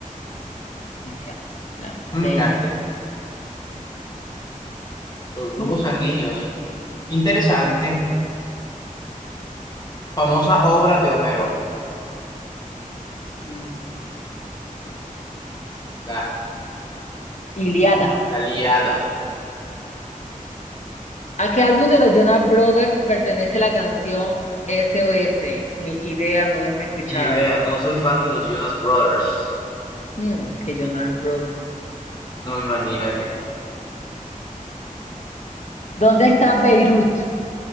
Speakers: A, on the left (about 55°); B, on the left (about 30°).
A: Ni Idea. Landsteiner.
B: Mm, ya sé. Los grupos
A: Mm,
B: sanguíneos. Interesante. Famosa obra de Homero.
A: Mm,
B: La,
A: Iliada.
B: la Ilíada.
A: ¿A qué álbum de los Jonas Brothers pertenece la canción SOS? ni idea, nunca he escuchado.
B: Ni idea, no soy fan de los Jonas Brothers.
A: Mm, que yo no era el brother.
B: No, imagínate.
A: ¿Dónde está Beirut?